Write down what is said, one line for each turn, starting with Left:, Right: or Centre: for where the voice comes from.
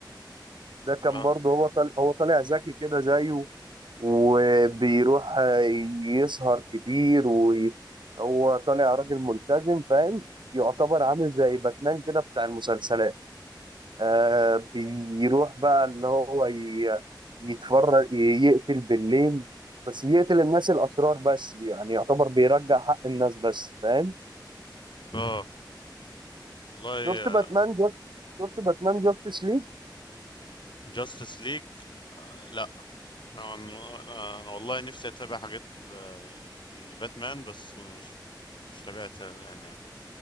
Right: ده كان
Left: اه
Right: برضه هو طالع هو طالع ذكي كده زيه وبيروح يسهر كتير وهو طالع راجل ملتزم فاهم يعتبر عامل زي باتمان كده بتاع المسلسلات آه بيروح بقى اللي هو ي- يتفرج ي- يقتل بالليل بس بيقتل الناس الأشرار بس يعني يعتبر بيرجع حق الناس بس فاهم
Left: اه والله
Right: شفت باتمان جاست شفت باتمان جاستس ليج
Left: جاستس ليج لا انا انا أنا والله نفسي اتابع حاجات ال- الباتمان بس مش مش تابعت يعني